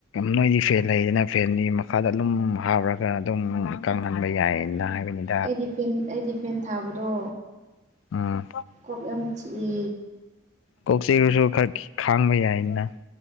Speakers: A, on the left (about 80°); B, on the right (about 35°).
A: ꯅꯣꯏꯗꯤ ꯐꯦꯟ ꯂꯩꯗꯅ ꯐꯦꯟꯗꯤ ꯃꯈꯥꯗ ꯑꯗꯨꯝ ꯍꯥꯞꯔꯒ ꯑꯗꯨꯝ ꯀꯪꯍꯟꯕ ꯌꯥꯏꯌꯦꯅ ꯍꯥꯏꯕꯅꯤꯅ
B: ꯑꯩꯗꯤ ꯐꯦꯟ ꯑꯩꯗꯤ ꯐꯦꯟ ꯊꯥꯕꯗꯣ
A: ꯎꯝ
B: ꯀꯣꯛ ꯌꯥꯝ ꯆꯤꯛꯏ
A: ꯀꯣꯛꯆꯤꯒꯁꯨ ꯈꯔ ꯈꯥꯡꯕ ꯌꯥꯏꯅ